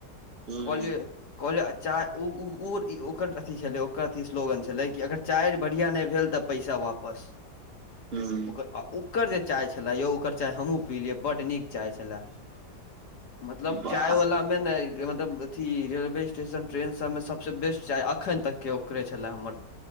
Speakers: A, on the right; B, on the left.
A: हूं
B: कहलियै कहलियै आ चाय ओ -ओ -ओ ओकर अथथि छलै ओकर अथी स्लोगन छलै कि अगर चाय बढ़िआँ नहि भेल त पैसा वापस।
A: <inaudible> हूं
B: ओकर उ ओकर जे चाय छलै यौ ओकर चाय हमूँ पीलिये बड नीक चाय छले मतलब
A: वाह
B: चाय वाला मे न मतलब अथी रेलवे स्टेशन ट्रेन सब मे सबसे बेस्ट चाय अखन तक के ओकरे छलै हमर।